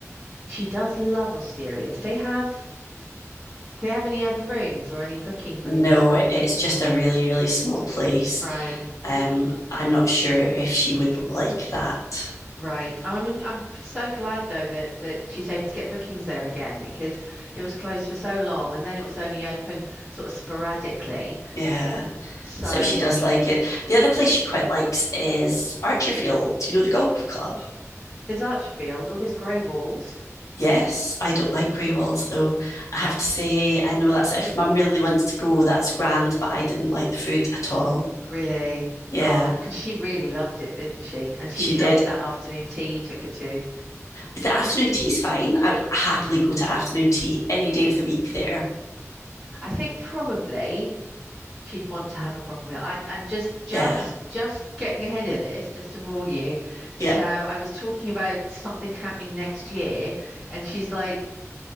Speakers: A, in the centre; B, on the left.
A: she does love Osteria. Do they have do they have any other rooms or any booking rooms?
B: No, it- it's just a really, really small place.
A: Right,
B: Um, I'm not sure if she would like that.
A: right. I mean, I'm so glad though that that she's able to get bookings there again because it was closed for so long and then it was only open sort of sporadically.
B: Yeah,
A: So
B: so she does like it. The other place she quite likes is Archerfield, you know, the golf club.
A: there's Archerfield, all there's grey walls.
B: yes, I don't like grey walls though. I have to say, I know that's if mum really wants to go, that's grand, but I didn't like the food at all.
A: Really?
B: Yeah,
A: Oh, because she really loved it, didn't she? And she
B: she
A: loved
B: did.
A: that afternoon tea you took her to.
B: The afternoon tea's fine. I would happily go to afternoon tea any day of the week there.
A: I think probably she'd want to have a proper meal. I, I'm just, just,
B: Yeah,
A: just getting ahead of this, just to warn you. So
B: yeah,
A: I was talking about something happening next year, and she's like,